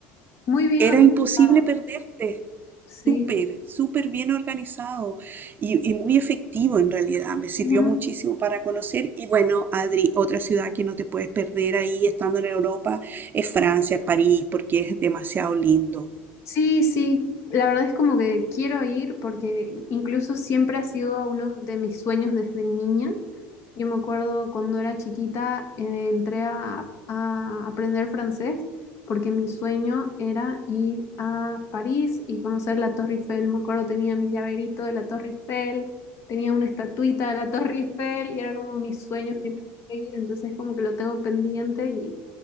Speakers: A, on the left; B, on the right.
A: Muy bien
B: era
A: organizado.
B: imposible perderte
A: Sí.
B: súper, súper bien organizado y, y muy efectivo en realidad. Me sirvió
A: Ujú.
B: muchísimo para conocer. Y bueno, Adri, otra ciudad que no te puedes perder ahí estando en Europa es Francia, París, porque es demasiado lindo.
A: Sí, sí, la verdad es como que quiero ir porque incluso siempre ha sido uno de mis sueños desde niña. Yo me acuerdo cuando era chiquita, eh, entré a, a aprender francés porque mi sueño era ir a París y conocer la Torre Eiffel. Me acuerdo tenía mi llaverito de la Torre Eiffel, tenía una estatuita de la Torre Eiffel y era como mi sueño siempre ir, entonces como que lo tengo pendiente y...